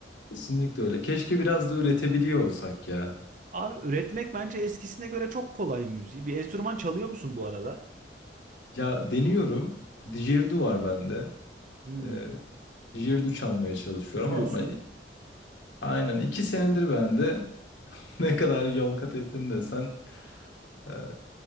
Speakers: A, on the left; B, on the right.
A: Kesinlikle öyle. Keşke biraz da üretebiliyor olsak ya.
B: Abi üretmek bence eskisine göre çok kolay müziği. Bir enstrüman çalıyor musun bu arada?
A: Ya deniyorum. Didgeridoo var bende.
B: Hmm.
A: E, didgeridoo çalmaya çalışıyorum
B: Üflüyorsun.
A: ama e, aynen 2 senedir bende. <laughs> Ne kadar yol kat ettin desen e,